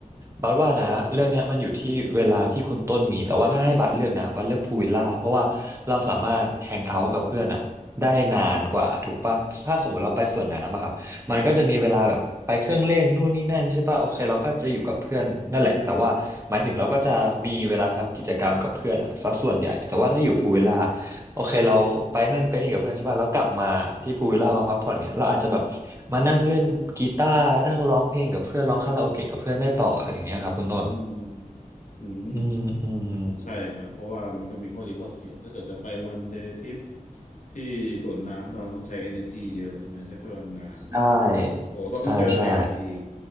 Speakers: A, on the right; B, on the left.
A: บัสว่านะเรื่องเนี้ยมันอยู่ที่เวลาที่คุณต้นมีแต่ว่าถ้าให้บัสเลือกนะบัสเลือกพูลวิลล่าเพราะว่าเราสามารถแฮงเอาท์กับเพื่อนอะได้นานกว่าถูกปะถ้าสมมติเราไปสวนน้ำอะครับมันก็จะมีเวลาแบบไปเครื่องเล่นนู่นนี่นั่นใช่ปะโอเคเราก็จะอยู่กับเพื่อนนั่นแหละแต่ว่าหมายถึงเราก็จะมีเวลาทำกิจกรรมกับเพื่อนอะซะส่วนใหญ่แต่ว่าถ้าอยู่พูลวิลล่า โอเคเราไปนั่นไปนี่กับเพื่อนใช่ป่ะแล้วกลับมาที่พูลวิลล่ามาพักผ่อนเงี้ยเราอาจจะแบบมานั่งเล่นกีตาร์นั่งร้องเพลงกับเพื่อนร้องคาราโอเกะกับเพื่อนได้ต่ออย่างเงี้ยครับคุณต้น
B: อืมอืม
A: อืมอืม
B: ใช่ครับเพราะว่ามันก็มีข้อดีข้อเสียถ้าเกิดจะไปวันเดย์ทริปที่สวนน้ำเราต้องใช้ energy เยอะใช่ไหมใช้พลังงาน
A: ใช่ใช่ใช่
B: โอ้ต้องก็เจอแดดอีก